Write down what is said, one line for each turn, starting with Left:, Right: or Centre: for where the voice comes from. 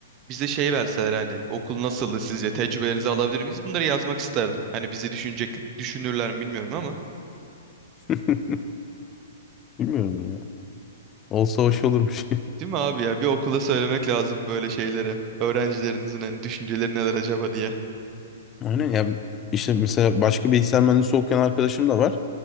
Right: bize şey verseler hani okul nasıldı sizce tecrübelerinizi alabilir miyiz? Bunları yazmak isterdim. Hani bizi düşünecek düşünürler mi bilmiyorum ama.
Left: <laughs> Bilmiyorum ya. Olsa hoş olurmuş.
Right: Değil mi abi ya? Bir okula söylemek lazım böyle şeyleri. Öğrencilerinizin hani düşünceleri neler acaba diye.
Left: <laughs> Aynen ya işte mesela başka bilgisayar mühendisi okuyan arkadaşım da var.